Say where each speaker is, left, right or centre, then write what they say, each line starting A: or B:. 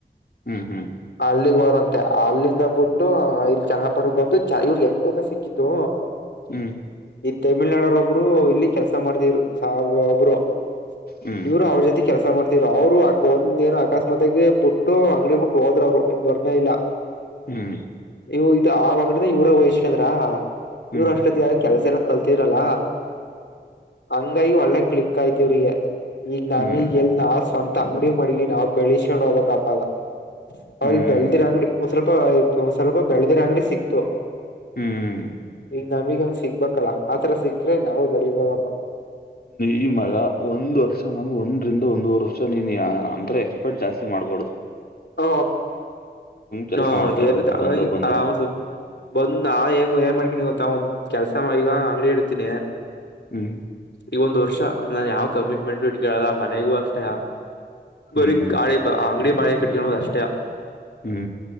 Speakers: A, on the left; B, on the left.
A: ಹ್ಮ್ ಹ್ಮ್
B: ಅಲ್ಲಿಗನತ್ತ. ಅಲ್ಲಿಂದ ಬುಟ್ಟು ಇಲ್ಲಿ ಚೆನ್ನ್ ಪಡ ಬಂದು ಚಾ ಇವ್ರಿಗೆ ಹೆಂಗ್ ಗೊತ್ತ ಸಿಕ್ಕಿದು.
A: ಹ್ಮ್ ಹ್ಮ್
B: ಈ ತಮಿಳನಾಡು ಒಬ್ರ ಒಬ್ರು ಇಲ್ಲಿ ಕೆಲಸ ಮಾಡ್ತಿದ್ರು ಸಾಬು ಒಬ್ರು
A: ಹ್ಮ್
B: ನೀವರು ಅವ್ರ ಜೊತೆಗೆ ಕೆಲಸ ಮಾಡ್ತ್ರು, ಅವ್ರು ಅ ಒಂದ್ ಏನೋ ಅಕಸ್ಮಾತ್ತಾಗಿ ಬಿಟ್ಟು ಅಂಗಡಿ ಬಿಟ್ಟು ಹೋದ್ ಅವ್ರು ಇನ್ ಬರ್ನ ಇಲ್ಲ
A: ಹ್ಮ್
B: ಇವು ಇದು ಆ ಅಂಗಡ ಇವ್ರ ವಯಸ್್ಕ ಅಂದ್ರ
A: ಹ್ಮ್
B: ಇವರು ಅಷ್ಟೊತ್ತಿಗೆ ಯಾರ ಕೆಲಸ ಎಲ್ಲ ಕಲ್ತಿರಲ್ಲ. ಅಂಗಾಗಿ ಒಳ್ಳೆ ಕ್ಲಿಕ್ ಆಯ್ತಿೀವ್ರಗೆ ಈಗ ನಮೀಗ
A: ಹ್ಮ್
B: ಎಲ್ ನಾವು ಸ್ವಂತ ಅಂಗಡಿ ಮಡಗಿ ನಾವ್ ಬೆಳಸಕೊಂಡು ಹೋಗ್ಕ್ಪ್ಪಲ್ಲ. ಅವ್ರಿಗೆಗ್
A: ಹ್ಮ್ ಹ್ಮ್
B: ಬೆಳದಿರ ಅಂಗಡಿ <inaudible> ಸ್ವಲ್ಪ ಬೆಳದಿರ ಅಂಗಣ ಸಿಕ್ತು
A: ಹ್ಮ್
B: ಈಗ ನಮೀಗಂಗ ಸಿಗ್ಬೇಕಲ್ಲ. ಆತರ ಸಿಕ್ಕ್ರೆ ನಾವು ಬೆಳಿಬೋದಪ್ಪ
A: ಈ ಮಗ ಒಂದು್ ವರ್ಷ ಮಗ ಒಂದು ್ರಂದ ಒಂದೂವರೆ ವರ್ಷ ನೀನ್ ಅಂದ್ರ ಎಕ್ಸ್ಪೆಕ್ಟ್ ಜಾಸ್ತಿ ಮಾಡ್ಬಾರ್ದದು
B: ಹ
A: ಕೆಲ್ಸ
B: ಹ
A: ಮಾಡ್ತಾ ಇರ್ಬೇಕು
B: ಏನ್
A: ಬಂದವ್
B: ಅದಗೆ
A: ಬಂದವ
B: ಆರಾಮ ಬಂದ ಹೆಂಗ ಏನ್ ಮಾಡ್ಕನಿ ಗೊತ್ತ ಒಂದು ಕೆಲಸ ಈಗ ಅಂಗಡಿ ಇಡತೀಿನಿ
A: ಹ್ಮ್
B: ಈಗೊಂದು ವರ್ಷ ಷ ನಾನ್ ಯಾವ ಕಮಿಟ್ಮೆಂಟ್ು ಇಟ್ಕೇಳಲ್ಲ ಮನೆಗೂ ಅಷ್ಟೇ ಬರಿ
A: ಹ್ಮ್
B: ಗ ಆಂಗಡಿ ಬಳೆ ಕೇಳುದು ಅಷ್ಟೇ
A: ಹ್ಮ